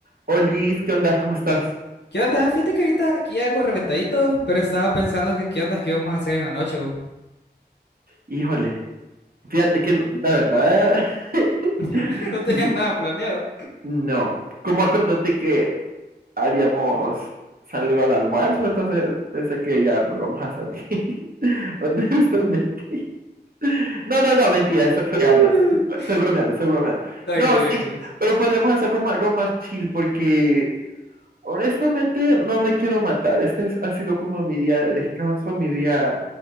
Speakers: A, on the right; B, on the left.
A: Olis, ¿qué onda? ¿Cómo estás?
B: ¿Qué onda? Fíjate que ahorita aquí algo reventadito, pero estaba pensando que qué onda, qué vamos a hacer en la noche, bu.
A: Híjole, fíjate que la verdad, <laughs>
B: <laughs> No tenía nada planeado.
A: no. Como acuérdate que habíamos salido al almuerzo, entonces pensé que ya no íbamos a salir. <laughs> Honestamente. No, no, no, mentira, estoy fregando.
B: Mm.
A: Estoy bromeando, estoy bromeando.
B: Tranqui,
A: No,
B: tranquilos.
A: sí, pero podríamos hacer como algo más chill porque honestamente no me quiero matar. Este es- ha sido como mi día de descanso, mi día,